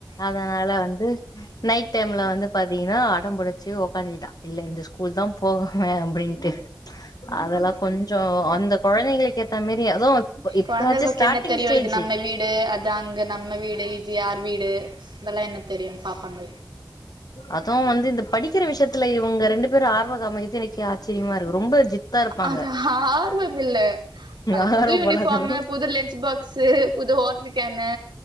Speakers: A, on the left; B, on the right.
A: அதனால வந்து நைட் டைம்ல வந்து பாத்தீங்கன்னா அடம்புடிச்சு உக்காந்துட்டான் இல்ல இந்த ஸ்கூல் தான் போவே அப்படின்னு <unintelligible> அதெல்லா கொஞ்சம் அந்த குழந்தைகளுக்கு ஏத்த மாரி எதுவும் இப்பாச்சும்
B: கொழந்தைகளுக்கு
A: ஸ்டார்ட்டிங்
B: என்ன தெரியு
A: ஸ்டேஜ்
B: இது நம்ம வீடு அத அங்க நம்ம வீடு இது யார் வீடு இதெல்லா என்ன தெரியும் பார்ப்பாங்க
A: அதுவும் வந்து இந்த படிக்கிற விஷயத்துல இவங்க ரெண்டு பேரும் ஆர்வக காமிகிறது எனக்கு ஆச்சரியமா இருக்கு ரொம்ப ஜித்தா இருப்பாங்க
B: அது ஆர்வம் இல்ல அ
A: ஆர்வ
B: புது யூனிஃபார்ம்
A: கோலாதலு
B: புது லன்ச் பாக்ஸ்ு புது வாட்டர் கேனு